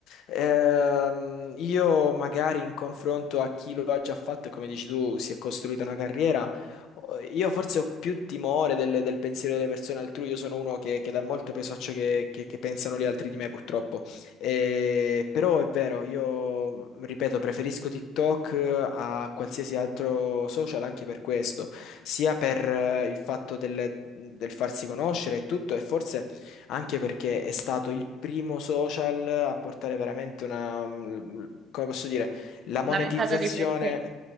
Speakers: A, on the left (about 70°); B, on the right (about 45°).
A: ehm, io magari in confronto a chi lo ha già fatto, e come dici tu, si è costruita una carriera, io forse ho più timore del, del pensiero delle persone altrui, io sono uno che, che dà molto peso a ciò che, che- che pensano gli altri di me, purtroppo. Eh, però è vero, io ripeto, preferisco TikTok eh, a qualsiasi altro social anche per questo, sia per eh, il fatto del, del farsi conoscere e tutto, e forse anche perché è stato il primo social a portare veramente una, come posso dire, la monetizzazione.
B: Una ventata di presenza.